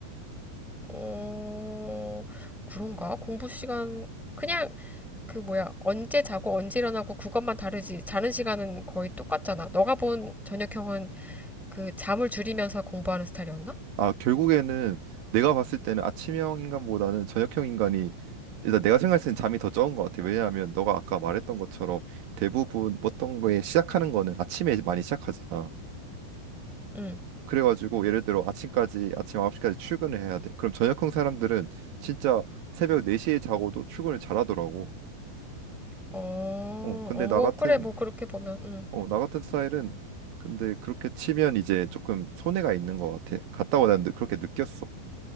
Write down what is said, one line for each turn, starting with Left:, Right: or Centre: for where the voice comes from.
Centre: 어, 그런가? 공부 시간 그냥 그 뭐야 언제 자고 언제 일어나고 그것만 다르지 자는 시간은 거의 똑같잖아. 너가 본 저녁형은 그 잠을 줄이면서 공부하는 스타일이었나?
Right: 아 결국에는 내가 봤을 때는 아침형 인간보다는 저녁형 인간이 일단 내가 생각했을 때는 잠이 더 적은 것 같아. 왜냐하면 너가 아까 말했던 것처럼 대부분 어떤 거에 시작하는 거는 아침에 많이 시작하잖아.
Centre: 응.
Right: 그래가지고 예를 들어 아침까지 아침 9시까지 출근을 해야 돼. 그럼 저녁형 사람들은 진짜 새벽 4시에 자고도 출근을 잘하더라고.
Centre: 어,
Right: 어, 근데
Centre: 어,
Right: 나
Centre: 뭐
Right: 같은
Centre: 그래 뭐 그렇게 보면 응.
Right: 어, 나 같은 스타일은 근데 그렇게 치면 이제 조금 손해가 있는 것 같아. 갔다 오고 난 느- 그렇게 느꼈어.